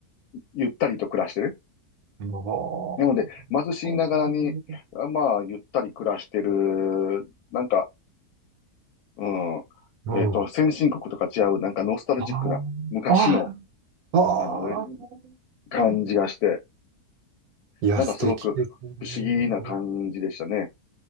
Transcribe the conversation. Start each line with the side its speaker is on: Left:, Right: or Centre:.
Left: ゆったりと暮らしてる。
Right: うんお
Left: なので、貧しいながらに、
Right: ー
Left: あまあ、ゆったり暮らしてる、なんか、う
Right: うん
Left: ん、えっと、先進国とか違う、なんかノスタルジックな、
Right: あーあ
Left: 昔の、
Right: ーあ
Left: あの、感じがして、
Right: ーいや、
Left: なんかすごく不思議な感じでしたね。
Right: 素敵ですね。うん